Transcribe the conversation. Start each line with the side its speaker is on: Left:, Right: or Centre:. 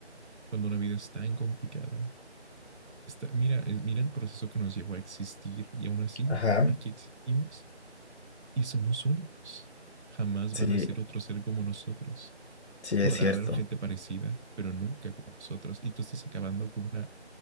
Right: cuando una vida es tan complicada. Está, mira, es- mira el proceso que nos llevó a existir y aún así,
Left: Ajá,
Right: aquí existimos y somos únicos. Jamás
Left: sí,
Right: van a ser otro ser como nosotros.
Left: sí
Right: podrá
Left: es cierto.
Right: haber gente parecida, pero nunca como nosotros. Y tú estás acabando con una,